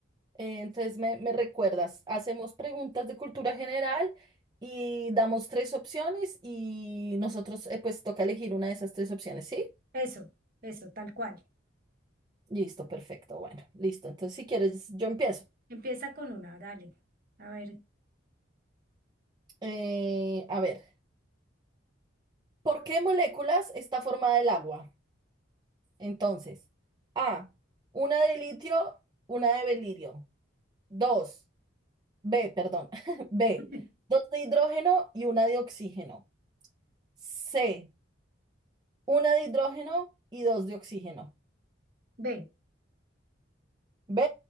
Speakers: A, on the right (about 20°); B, on the right (about 45°).
A: Eh, entonces me, me recuerdas, hacemos preguntas de cultura general y damos tres opciones y nosotros eh, pues toca elegir una de esas tres opciones, ¿sí?
B: Eso, eso, tal cual.
A: Listo, perfecto, bueno, listo. Entonces si quieres yo empiezo.
B: Empieza con una, dale. A ver.
A: Eh, a ver, ¿por qué moléculas está formada el agua? Entonces, A, una de litio, una de berilio. Dos. B, perdón. <laughs> B,
B: <laughs>
A: dos de hidrógeno y una de oxígeno. C, una de hidrógeno y dos de oxígeno.
B: Ve.
A: B,